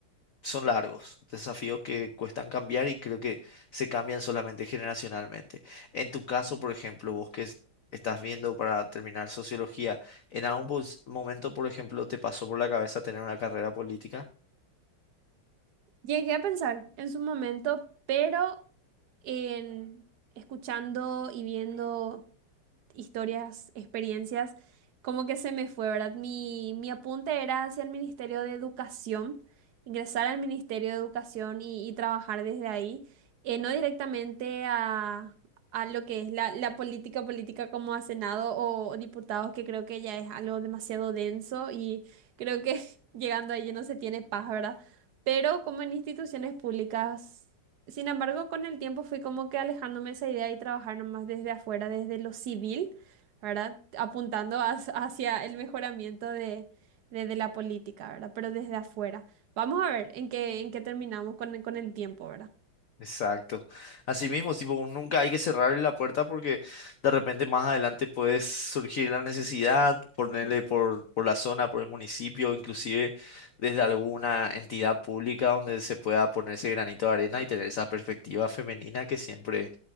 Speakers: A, on the left (about 85°); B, on the right (about 65°).
A: son largos, desafíos que cuestan cambiar y creo que se cambian solamente generacionalmente. En tu caso, por ejemplo, vos que es- estás viendo para terminar sociología, ¿En algún pos- momento, por ejemplo, te pasó por la cabeza tener una carrera política?
B: Llegué a pensar en su momento, pero en escuchando y viendo historias, experiencias, como que se me fue, ¿verdad? Mi, mi apunte era hacia el Ministerio de Educación, ingresar al Ministerio de Educación y, y trabajar desde ahí, eh, no directamente a, a lo que es la, la política política como a Senado o diputados, que creo que ya es algo demasiado denso y creo que <laughs> llegando ahí ya no se tiene paz, ¿verdad? Pero como en instituciones públicas. Sin embargo, con el tiempo fui como que alejándome de esa idea y trabajar nomás desde afuera, desde lo civil, ¿verdad? Apuntando hacia hacia el mejoramiento de, de- de la política, ¿verdad? Pero desde afuera. Vamos a ver en qué, en qué terminamos con, el- con el tiempo, ¿verdad?
A: Exacto. Así mismo, tipo, nunca hay que cerrarle la puerta porque de repente más adelante puede surgir la necesidad, ponerle por, por la zona, por el municipio, inclusive desde alguna entidad pública donde se pueda ponerse granito de arena y tener esa perspectiva femenina que siempre